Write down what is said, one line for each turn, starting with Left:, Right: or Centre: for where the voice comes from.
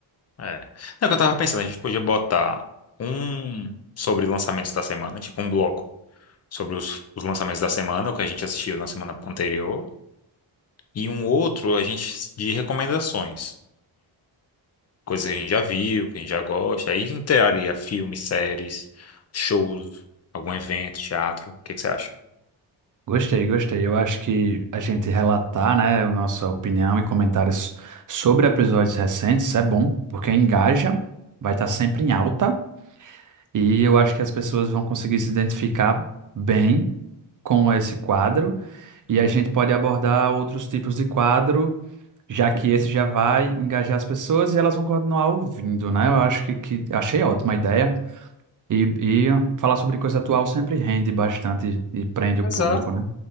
Left: É. Não, é que eu tava pensando, a gente podia botar um sobre lançamentos da semana, tipo um bloco sobre os, os lançamentos da semana, o que a gente assistiu na semana anterior, e um outro a gente de recomendações. coisa que a gente já viu, que a gente já gosta. Aí entraria filmes, séries, shows, algum evento, teatro. O que que você acha?
Right: Gostei, gostei. Eu acho que a gente relatar, né, a nossa opinião e comentários sobre episódios recentes é bom, porque engaja, vai estar sempre em alta, e eu acho que as pessoas vão conseguir se identificar bem com esse quadro, e a gente pode abordar outros tipos de quadro, já que esse já vai engajar as pessoas e elas vão continuar ouvindo, né? Eu acho que, que achei ótima a ideia, e, e falar sobre coisa atual sempre rende bastante e prende o
Left: Exato.
Right: público, né?